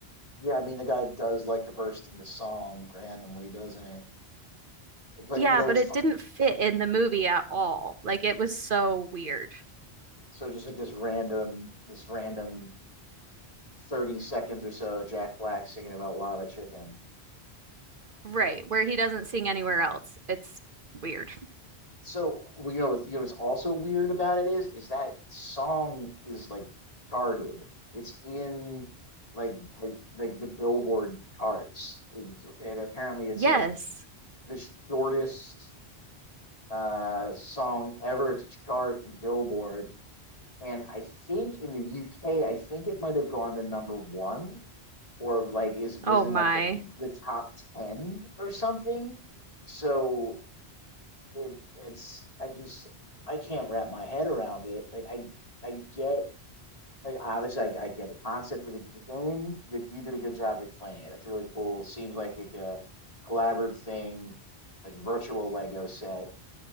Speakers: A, on the left; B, on the right.
A: Yeah, I mean the guy does like to burst into song randomly, doesn't he? But
B: Yeah,
A: you know
B: but
A: it's
B: it
A: fun.
B: didn't fit in the movie at all. Like it was so weird.
A: So just like this random, this random thirty seconds or so, of Jack Black singing about lava chicken.
B: Right, where he doesn't sing anywhere else. It's weird.
A: So well, you know, what- you know what's also weird about it is, is that song is like charted. It's in like the- like the Billboard charts, It's- and apparently it's
B: Yes.
A: like the shortest uh song ever to chart in Billboard and I think in the UK, I think it might have gone to number one or like is was
B: Oh
A: in
B: my.
A: like the the top ten or something. So it it's I just I can't wrap my head around it. Like I I get like obviously I, I get the concept of the g- game. but You did a good job of explaining it. It's really cool. Seems like a, a collaborative thing, like virtual Lego set.